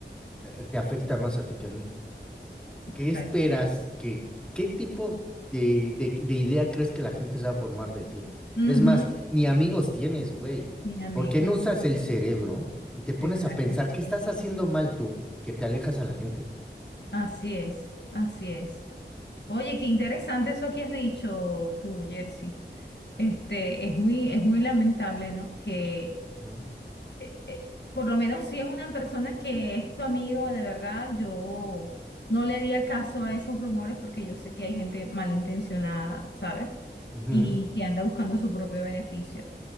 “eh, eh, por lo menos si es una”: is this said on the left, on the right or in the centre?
Left